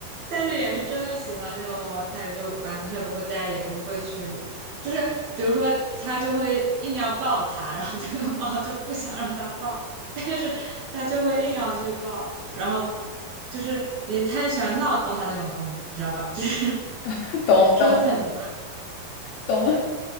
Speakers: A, on the right; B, on the left.
A: 但是也是真的喜欢那个猫猫，他也就完全不会再也不会去，就是比如说他就会硬要抱它，然后这个猫就不想让它抱，但是他就会硬要去抱，然后就是也太喜欢闹他那个猫，你知道吧？就是
B: <laughs>
A: <laughs>
B: 懂懂
A: 折腾它。
B: 懂。